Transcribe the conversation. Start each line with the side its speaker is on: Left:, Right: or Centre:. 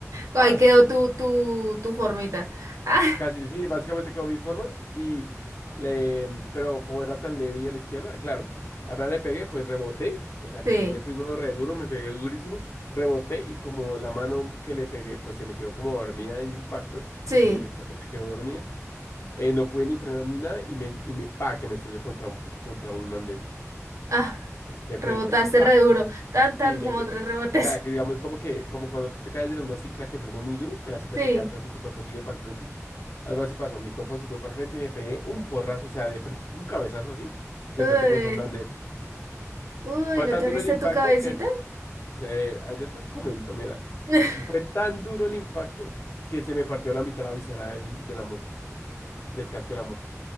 Right: Ahí
Left: ¡Pah!
Right: quedó tu, tu, tu formita. Ah,
Left: Casi, sí, básicamente como mi forma. Y le, pero como era tan leve y a la izquierda, claro, apenas le pegué, pues reboté. O sea, le
Right: sí,
Left: pegué primero re duro, me pegué durísimo, reboté y como la mano que le pegué, pues se me quedó como dormida en el impacto,
Right: sí.
Left: porque directamente quedó dormida. eh, no pude ni frenar ni nada y me, y me, pa, que me estalló contra un, contra un andén
Right: Ah,
Left: de
Right: rebotaste
Left: frente, así, pa.
Right: re duro. Tan, tan
Left: Sí, me,
Right: como
Left: pe-
Right: tres
Left: o
Right: rebotes.
Left: sea, que digamos
Right: <laughs>
Left: como que, como cuando tú te caes de una cicla que frena muy duro, que la cicla
Right: Sí.
Left: se queda atrás y tu cuerpo sigue para el frente. Algo así pasó, mi cuerpo siguió para el frente y me pegué un porrazo, o sea, de frente, un cabezazo así, de
Right: Uy,
Left: frente con un andén.
Right: uy,
Left: Fue
Right: ¿no
Left: tan
Right: te
Left: duro
Right: abriste
Left: el impacto
Right: tu cabecita?
Left: que, se, ah, yo te comento, mira,
Right: <laughs>
Left: fue tan duro el impacto que se me partió la mitad la visera del, de la moto, del casco de la moto.